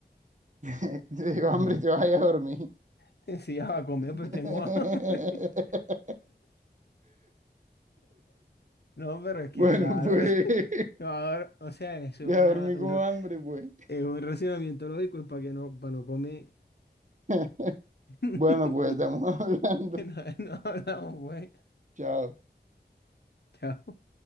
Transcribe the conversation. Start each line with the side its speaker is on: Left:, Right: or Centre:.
Right: <laughs> Te digo,
Left: Ujú.
Right: hambre, te vaya a dormir.
Left: <laughs> Sí, ya a comer,
Right: <laughs>
Left: pues tengo hambre. <laughs> No, pero es que
Right: Bueno,
Left: claro,
Right: pues,
Left: <laughs>
Right: <laughs>
Left: no, ahora, o sea, eso
Right: voy
Left: es una,
Right: a dormir
Left: un,
Right: con
Left: ra-
Right: hambre, pues.
Left: es un racionamiento lógico, es para que no, para no comer.
Right: <laughs>
Left: <laughs>
Right: Bueno, pues, estamos <laughs> hablando.
Left: No, no hablamos, güey.
Right: Chao.
Left: Chao.